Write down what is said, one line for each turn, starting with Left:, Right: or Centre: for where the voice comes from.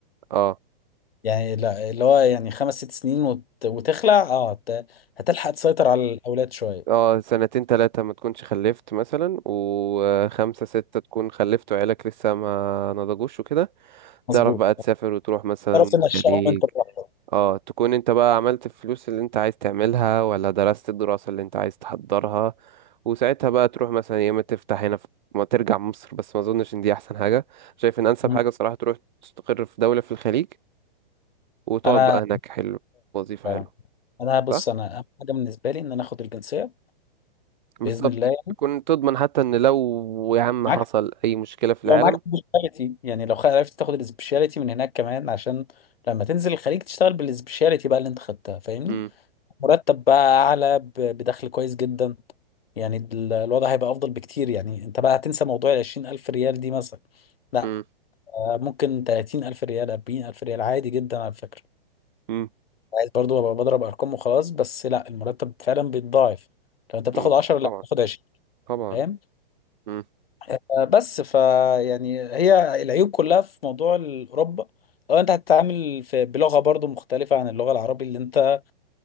Right: اه
Left: يعني لا اللي هو يعني خمس ست سنين وت... وتخلع اه هت... هتلحق تسيطر على الاولاد شويه
Right: اه سنتين تلاتة ما تكونش خلفت مثلا وخمسة ستة تكون خلفت وعيالك لسه ما نضجوش وكده
Left: مظبوط
Right: تعرف بقى تسافر وتروح مثلا
Left: تعرف
Right: الخليج
Left: تنشأهم انت براحتك
Right: اه تكون انت بقى عملت الفلوس اللي انت عايز تعملها ولا درست الدراسة اللي انت عايز تحضرها وساعتها بقى تروح مثلا يا اما تفتح هنا في ما ترجع مصر بس ما اظنش ان دي احسن حاجة شايف ان انسب
Left: مم.
Right: حاجة صراحة تروح تستقر في دولة في الخليج وتقعد
Left: انا
Right: بقى هناك حلو وظيفة
Left: فعلا
Right: حلوة
Left: انا بص
Right: صح؟
Left: انا اهم حاجه بالنسبه لي ان انا اخد الجنسيه
Right: بالظبط
Left: باذن الله
Right: تكون تضمن حتى ان لو يا عم
Left: معاك
Right: حصل اي مشكلة في العالم
Left: لو معاك سبيشاليتي يعني لو خ- عرفت تاخد السبيشاليتي من هناك كمان عشان لما تنزل الخليج تشتغل بالسبيشاليتي بقى اللي انت خدتها فاهمني
Right: مم.
Left: مرتب بقى اعلى ب- بدخل كويس جدا يعني ال- الوضع هيبقى افضل بكتير يعني انت بقى هتنسى موضوع ال 20 الف ريال دي مثلا لا
Right: مم.
Left: آه، ممكن 30 الف ريال 40 الف ريال عادي جدا على فكرة
Right: مم.
Left: عايز برضو ابقى بضرب ارقام وخلاص بس لا المرتب فعلا بيتضاعف لو انت بتاخد
Right: مم.
Left: 10 لا
Right: طبعا
Left: بتاخد 20
Right: طبعا
Left: فاهم
Right: مم.
Left: آه، بس ف يعني هي العيوب كلها في موضوع اوروبا لو انت هتتعامل في بلغه برضو مختلفه عن اللغه العربي اللي انت